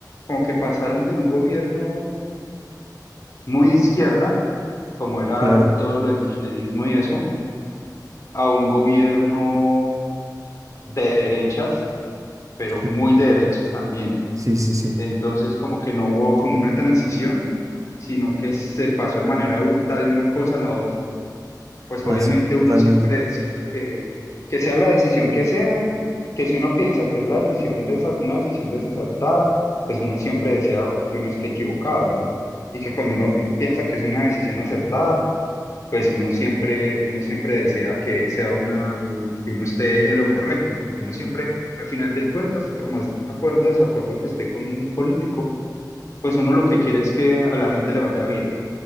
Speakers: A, on the left; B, on the right.
A: como que pasaron de un gobierno muy izquierda, como era
B: Claro,
A: todo lo del kirchnerismo y eso, a un gobierno de derechas, pero
B: claro.
A: muy de derechas también.
B: Sí, sí, sí.
A: Entonces, como que no hubo como una transición, sino que se pasó de manera abrupta de una cosa a la otra. Pues
B: Así
A: obviamente
B: es,
A: uno
B: totalmente.
A: siempre desea que, que sea la decisión que sea, que si uno piensa que es la decisión desa- una decisión desacertada, pues uno siempre desea que uno esté equivocado, ¿no? Y que cuando uno pi- piensa que es una decisión acertada, pues uno siempre, uno siempre desea que sea una, u- que uno esté en lo correcto, porque uno siempre, al final de cuentas, por más acuerdo o desacuerdo que esté con un político, pues uno lo que quiere es que a la gente le vaya bien,